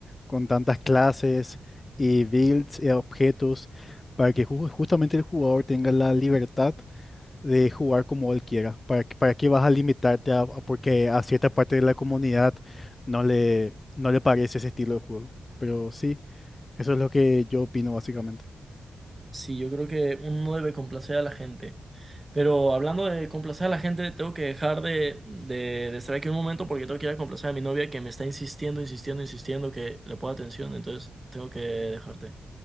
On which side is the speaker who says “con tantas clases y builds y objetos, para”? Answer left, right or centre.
Left